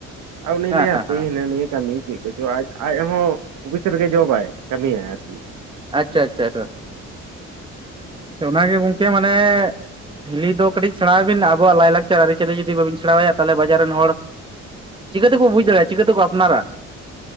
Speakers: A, on the right (about 80°); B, on the right (about 15°).
A: ᱟᱨ ᱩᱱᱤ
B: ᱦᱮᱸ
A: ᱞᱟᱹᱭᱟ
B: ᱦᱮᱸ
A: ᱦᱟᱯᱮ ᱦᱤᱱᱟᱹ ᱱᱤᱭᱟᱹ ᱠᱟᱹᱢᱤ ᱪᱮᱫ ᱠᱚᱪᱚ ᱟᱡ ᱟᱡ ᱦᱚᱸ ᱚᱯᱷᱤᱥ ᱨᱮᱜᱮ ᱡᱚᱵᱟᱭ ᱠᱟᱹᱢᱤᱭᱟᱭ ᱟᱨᱠᱤ᱾
B: ᱟᱪᱪᱷᱟ ᱟᱪᱪᱷᱟ ᱟᱪᱪᱷᱟ᱾ ᱟᱪᱷᱟ ᱚᱱᱟᱜᱮ ᱜᱚᱝᱠᱮ ᱢᱟᱱᱮ ᱦᱤᱞᱤ ᱫᱚ ᱠᱟᱹᱴᱤᱡ ᱥᱮᱬᱟ ᱟᱭ ᱵᱤᱱ ᱟᱵᱚᱣᱟᱜ ᱞᱟᱭ ᱞᱟᱠᱪᱟᱨ ᱟᱹᱨᱤᱪᱟᱹᱞᱤ ᱡᱩᱫᱤ ᱵᱟᱹᱵᱤᱱ ᱥᱮᱬᱟᱣᱟᱭᱟ ᱛᱟᱦᱟᱞᱮ ᱵᱟᱡᱟᱨ ᱨᱮᱱ ᱦᱚᱲ ᱪᱤᱠᱟᱹ ᱛᱮᱠᱚ ᱵᱩᱡ ᱫᱟᱲᱮᱭᱟᱜᱼᱟ ᱪᱤᱠᱟᱹ ᱛᱮᱠᱚ ᱟᱯᱱᱟᱨᱟ